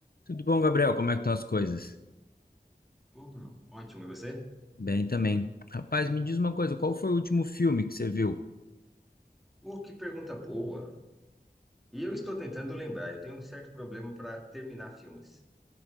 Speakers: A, on the left (about 60°); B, in the centre.
A: Tudo bom, Gabriel? Como é que estão as coisas?
B: Uhum, Ótimo, e você?
A: Bem também. Rapaz, me diz uma coisa, qual foi o último filme que você viu?
B: Uh, que pergunta boa! E eu estou tentando lembrar, eu tenho um certo problema para terminar filmes,